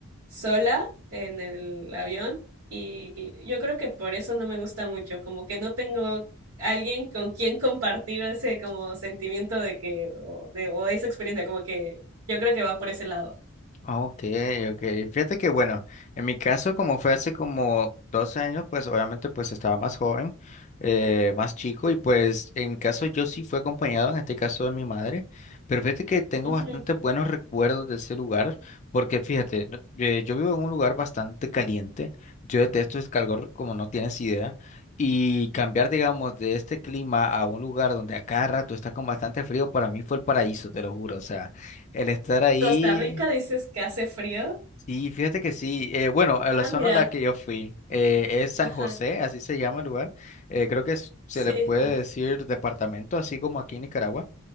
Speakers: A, on the right; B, on the left.
A: sola en el avión y yo creo que por eso no me gusta mucho, como que no tengo alguien con quien compartir ese como sentimiento de que o, de, o esa experiencia, como que yo creo que va por ese lado.
B: Ah, Ok, ok. Fíjate que bueno, en mi caso, como fue hace como 12 años, pues obviamente pues estaba más joven, eh, más chico, y pues en mi caso yo sí fui acompañado, en este caso de mi madre, pero fíjate que tengo
A: Ujú.
B: bastante buenos recuerdos de ese lugar, porque fíjate, no- eh, yo vivo en un lugar bastante caliente, yo detesto el calor como no tienes idea, y cambiar, digamos, de este clima a un lugar donde a cada rato está con bastante frío, para mí fue el paraíso, te lo juro, o sea. El estar ahí
A: Costa Rica, dices que hace frío.
B: Sí, fíjate que sí. Eh, bueno, a la
A: Ah,
B: zona
A: mira,
B: a la que yo fui eh, es San
A: ajá,
B: José, así se llama el lugar. Eh, creo que es- se
A: sí,
B: le puede decir departamento, así como aquí en Nicaragua.